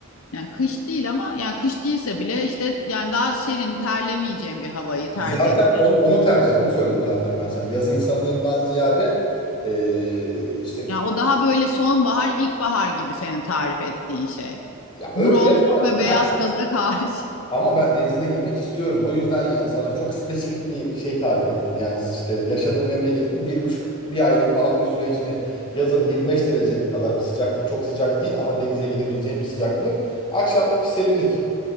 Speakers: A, on the left; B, on the left.
A: Yani kış değil ama yani kış değilse bile işte yani daha serin, terlemeyeceğim bir havayı tercih
B: Zaten
A: edeceğim.
B: onu, onu tercih, onu söyledim zaten ben sana. Yaz insanıyımdan ziyade eee, işte
A: Yani o daha böyle sonbahar, ilkbahar gibi senin tarif ettiğin şey.
B: ya öyle
A: Bronzluk ve beyaz
B: ben,
A: kazak hariç.
B: ama ben denize de girmek istiyorum. O yüzden yani sana çok spesifik bir şey tarif ettim. Yani işte yaşadığım memleketin bir buçuk bir aylık falan bir sürecini yazın 25 derece kadar bir sıcaklık çok sıcak değil ama denize girebileceğim bir sıcaklık. Akşam da hafif serinlik.